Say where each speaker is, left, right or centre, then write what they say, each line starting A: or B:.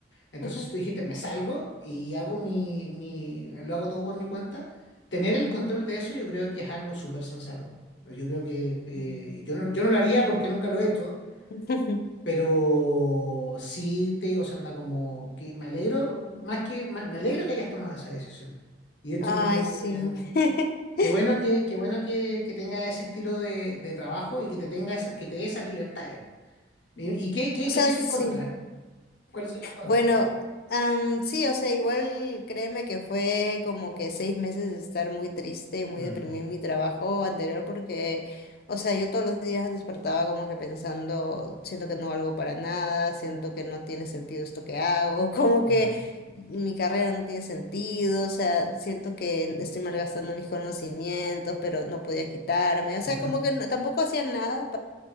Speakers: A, on the left (about 75°); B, on the left (about 55°).
A: entonces,
B: ajá,
A: si tú dijiste, me salgo y hago mi, mi, lo hago todo por mi cuenta, tener el
B: ajá.
A: control de eso yo creo que es algo súper sensato. Yo creo que eh,
B: Mm.
A: yo no, yo no lo haría porque nunca lo he hecho,
B: <laughs>
A: pero sí te digo, se anda como que me alegro, más que ma- me alegro que hayas tomado esa decisión. Y esto
B: Ay,
A: como que,
B: sí. <laughs>
A: qué bueno que, qué bueno que, que tenga ese estilo de, de trabajo y que te tenga esa- que te dé esas libertades. ¿Y, y qué, qué,
B: O sea,
A: qué tiene
B: sí.
A: en contra? ¿Cuáles son los contras?
B: Bueno, am, sí, o sea, igual créeme que fue como que seis meses de estar muy triste y muy
A: Mm,
B: deprimida en mi trabajo anterior porque, o sea, yo todos los días despertaba como que pensando, siento que no valgo para nada, siento que no tiene sentido esto que hago, <laughs> como que
A: Mm.
B: mi carrera no tiene sentido, o sea, siento que estoy malgastando mis conocimientos, pero no podía quitarme, o sea,
A: Ujú.
B: como que no- tampoco hacía nada